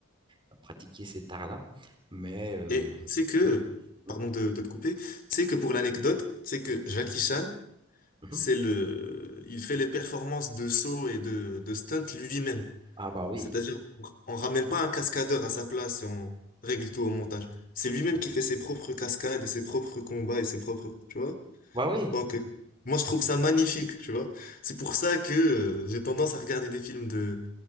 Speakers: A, on the right; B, on the left.
A: à pratiquer cet art-là. Mais euh,
B: Et c'est que,
A: oui, oui,
B: pardon de, de te couper, c'est que pour l'anecdote, c'est que Jackie Chan,
A: mhm.
B: c'est le, il fait les performances de saut et de, de stunt lui-même.
A: Ah bah oui.
B: C'est-à-dire, on, on ramène pas un cascadeur à sa place et on règle tout au montage. C'est lui-même
A: Ouais.
B: qui fait ses propres cascades et ses propres combats et ses propres, tu vois?
A: Bah oui,
B: Donc, euh, moi, je trouve ça magnifique, tu vois? C'est pour ça que, euh, j'ai tendance à regarder des films de.